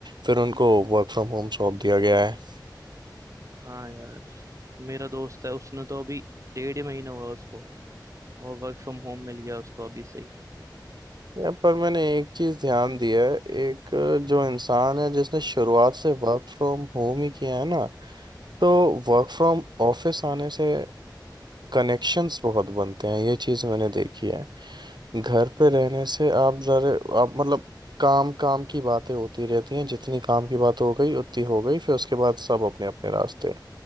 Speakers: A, on the right (about 65°); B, on the right (about 40°).
A: फिर उनको वर्क फ्रॉम होम सौंप दिया गया है
B: हाँ यार मेरा दोस्त है उसने तो अभी डेढ़ ही महीना हुआ उसको और वर्क फ्रॉम होम मिल गया उसको अभी से ही
A: यहाँ पर मैंने एक चीज़ ध्यान दी है एक अ, जो इंसान है जिसने शुरुआत से वर्क फ्रॉम होम ही किया है ना तो वर्क फ्रॉम ऑफिस आने से कनेक्शंस बहुत बनते हैं ये चीज़ मैंने देखी है घर पे रहने से आप जरा आप मतलब काम काम की बातें होती रहती हैं जितनी काम की बात हो गई उतनी हो गई फिर उसके बाद सब अपने अपने रास्ते